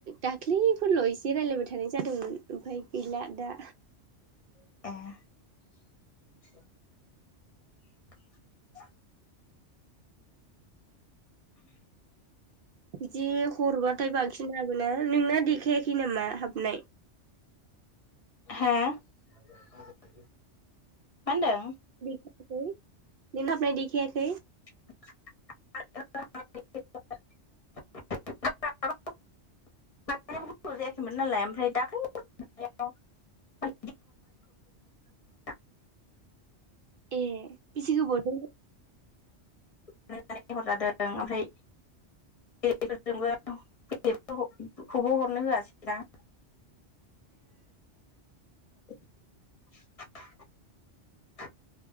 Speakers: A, on the right; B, on the left.
A: दाखैफोरल' एसे रायलायबाय थानाय जादोंमोन ओमफाय गैला दा
B: ए
A: बिदि हरबाथाय बांसिन हाबोना नोंना देखायाखै नामा हाबनाय
B: हा मा होनदों
A: नोंना हाबनाय देखायाखै
B: नोंना हाबनाय देखायाखै नामा द गोथाव जायाखैमोन नालाय ओमफ्राय दाखैलि <unintelligible> <unintelligible>
A: ए बिसि गोबावजों
B: नानै हरजादों ओमफ्राय <unintelligible> <unintelligible> खौबो हरनो होआसै दां <unintelligible>